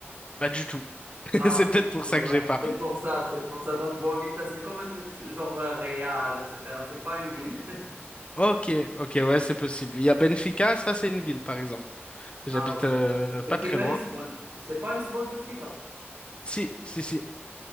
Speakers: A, on the left; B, on the right.
A: Pas du tout.
B: Ah,
A: <laughs> C'est peut-être pour
B: voilà,
A: ça que j'ai pas.
B: c'est pour ça, c'est pour ça. Donc Boavista, c'est comme un truc genre euh, Real, etc. C'est pas une ville. <laughs>
A: Ok, ok, ouais, c'est possible. Il y a Benfica, ça c'est une ville, par exemple. J'habite
B: Ah oui.
A: euh, pas
B: Benfica
A: très loin.
B: Lisbonne. C'est pas Lisbonne Benfica.
A: Si, si, si.